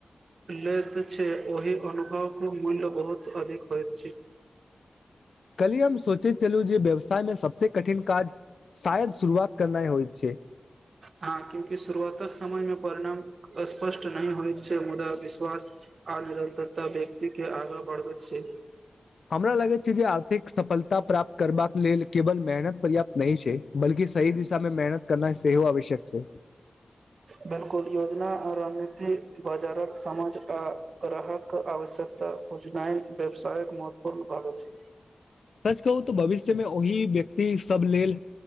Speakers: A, on the right (about 80°); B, on the left (about 80°).
A: लेत छै ओहि अनुभव क मूल्य बहुत अधिक होइ छै
B: कलिय हम सोचैत छलूं जे व्यवसाय मे सबस कठिन काज शायद शुरुआत करनाइ होइत छै
A: हँ क्यूंकि शुरुआतक समयमे परिणाम स्पष्ट नहि होइत छै मुदा विश्वास आ निरन्तरता व्यक्ति के आगाँ बढ़बै छै
B: हमरा लागै छै जे आर्थिक सफलता प्राप्त करबाक लेल केवल मेहनत पर्याप्त नहि छै बल्कि सही दिशा मे मेहनत करनाय सेहो आवश्यक छै <inaudible>
A: बिलकुल योजना आ रणनीति बाजारक समाज आ ग्राहक आवश्यकता बुझनाय व्यवसायक महत्वपूर्ण भाग अछि
B: सच कहू तऽ भविष्यमे ओहि व्यक्ति सब लेल